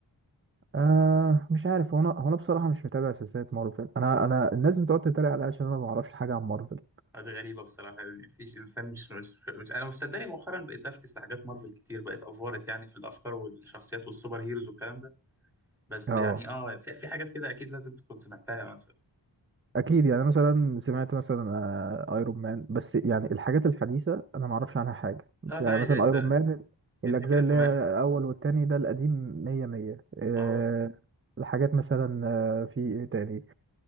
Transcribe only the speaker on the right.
آه مش عارف هو انا هو انا بصراحة مش متابع سلسلة مارفل انا انا الناس بتقعد تتريق عليا عشان انا ما اعرفش حاجة عن مارفل
اه
اكيد يعني مثلا سمعت مثلا آه، ايرون مان بس يعني الحاجات الحديثه انا ما اعرفش عنها حاجه
يعني
مثلا
ايرون مان الاجزاء
اللي
هي الاول والتاني ده القديم 100 100 أه
الحاجات مثلا آه، في ايه تاني